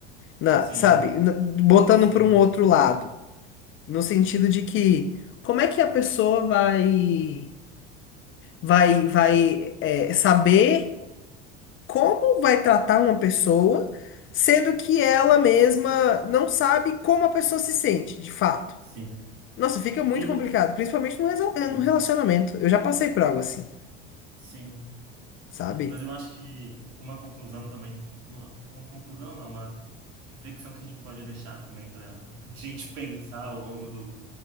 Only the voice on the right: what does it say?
Sim,
sim,
sim.
E,
sim,
sim.
Mas eu acho que uma conclusão também, uma, uma conclusão não, uma reflexão que a gente pode deixar também para a <laughs> gente pensar ao longo do,